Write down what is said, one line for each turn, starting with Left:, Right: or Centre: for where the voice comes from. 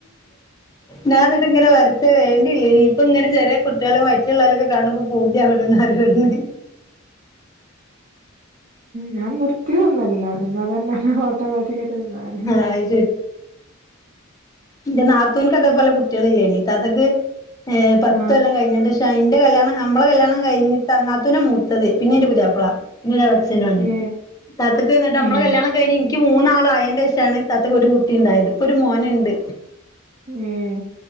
Left: ഞാ ഇന്നട്ട്ങ്ങനെ വെർതെ വേണ്ടില്ലേനി ഇപ്പങ്ങനെ ചെറിയ കുട്ട്യായളെ വയറ്റ്ള്ളോലൊക്കെ കാണുമ്പോ പൂ തിയാവ്ണ്ന്ന് അറിവട്ന്ന്
Right: ഞാൻ നിർത്തിയതൊന്നുവല്ല എന്നാ തന്നെ സ്വവാക്കിക്കായിട്ട് നിന്നതെന്നെ
Left: അത് ഇന്റെ നാത്തൂൻക്ക് അതെപോലെ കുട്ടിയള് ഇല്ല്യോനി താത്താക്ക് ഏഹേ പത്തൊല്ലം
Right: ആ
Left: കഴിഞേന്റെശം അയിന്റെ കല്യാണം നമ്മളെ കല്യാണം കഴിഞ്ഞിട്ടാള് നാത്തൂന മൂത്തത് പിന്നെയിന്റെ പുതിയാപ്പളാ പിന്നെ ഒരെളച്ചെനോനി
Right: ഏ
Left: താത്തക്ക് ഇന്നട്ട് നമ്മള്
Right: ഏ
Left: കല്യാണ ക്കെ കഴിഞ് ഇൻക്ക് മൂന്നാളും അയേന്റെഷാണ് ഇത്താത്തക്കൊരു കുട്ടിണ്ടായത് ഇപ്പൊരു മോന്ണ്ട്
Right: ഏഹേ